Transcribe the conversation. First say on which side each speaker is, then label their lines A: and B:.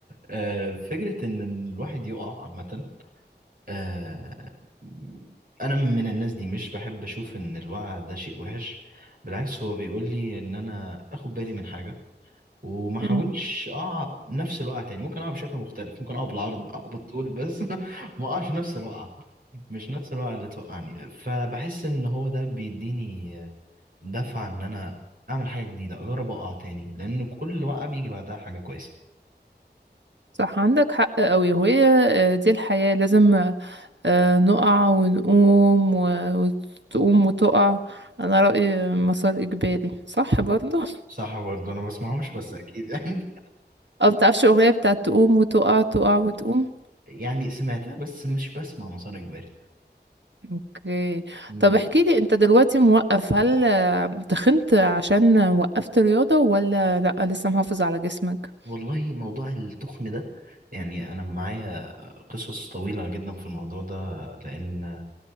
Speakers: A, on the right; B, on the right.
A: آه، فكره ان الواحد يقع عامه آه، انا من الناس دي مش بحب اشوف ان الوقع ده شيء وحش بالعكس هو بيقول لي ان انا اخد بالي من حاجه وما احاولش
B: مم.
A: اقع نفس الوقعه تاني ممكن اقع بشكل مختلف ممكن اقع بالعرض اقع بالطول بس <laughs> ما اقعش نفس الوقعه مش نفس الوقت اللي توقعني فبحس ان هو ده بيديني دفعة ان انا اعمل حاجة جديدة اجرب اقع تاني لان كل وقعة بيجي بعدها حاجة كويسة
B: صح عندك حق أوي وهي آه، دي الحياه لازم آه، نقع ونقوم و- وتقوم وتقع انا رايي مسار اجباري صح برضه
A: صح برضه انا بسمعهوش بس اكيد يعني
B: اه بتعرفش الاغنيه بتاعت تقوم وتقع تقع وتقوم
A: <laughs> يعني سمعتها بس مش بسمع مسار اجباري
B: اوكي
A: أمم.
B: طب احكي لي انت دلوقتي موقف هل آه، تخنت عشان وقفت رياضة ولا لا لسه محافظ على جسمك
A: والله موضوع التخن ده يعني انا معايا قصص طويلة جدا في الموضوع ده لان